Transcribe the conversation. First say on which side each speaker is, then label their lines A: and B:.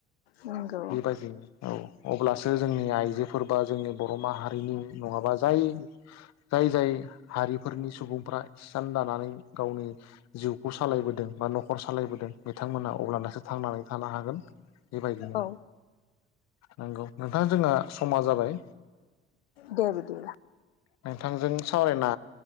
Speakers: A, on the left; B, on the left.
A: नंगौ
B: बेबायदिनो औ अब्लासो जोंनि आइजोफोर बा जोंनि बर' माहारिनि नङाबा जाय जाय जाय हारिफोरनि सुबुंफ्रा हिसान दानानै गावनि जिउखौ सालायबोदों बा नखर बिथांमोना अब्लानासो थांनानै थानो हागोन बेबायदिनो
A: औ
B: नंगौ नोंथां जोंना समा जाबाय
A: दे बिदिब्ला
B: नोंथांजों सावरायना